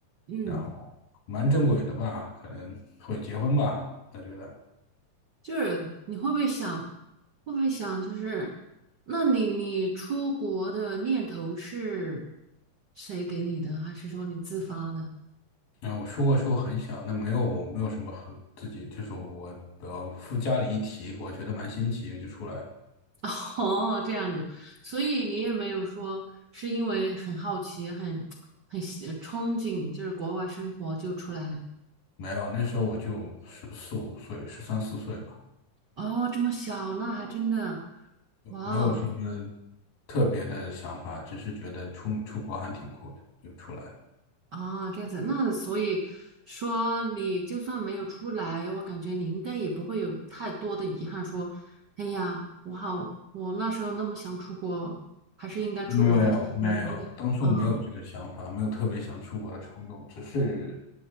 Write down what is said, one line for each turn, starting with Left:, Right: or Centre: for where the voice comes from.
Right: 嗯，
Left: 然后蛮正轨的吧，可能会结婚吧，我觉得。
Right: 就是你会不会想，会不会想就是，那你你出国的念头是谁给你的，还是说你自发的？
Left: 然后我出国时候很小，那没有没有什么和自己，就是我呃附加了一提，我觉得蛮新奇，就出来了。
Right: <laughs> 哦，这样子，所以你也没有说是因为很好奇、很很喜憧憬，就是国外生活就出来了。
Left: 没有，那时候我就十四五岁，十三四岁吧，
Right: 哦，这么小，那还真的，哇哦，
Left: 没有什么特别的想法，只是觉得出出国还挺酷的，就出来了。
Right: 啊，这样子，那所以说你就算没有出来，我感觉你应该也不会有太多的遗憾，说，哎呀，我好，我那时候那么想出国，还是应该出国的，
Left: 没有，
Right: 就是你应该，
Left: 没有，当初没有这个想法，
Right: 啊，
Left: 没有特别想出国的冲动，只是，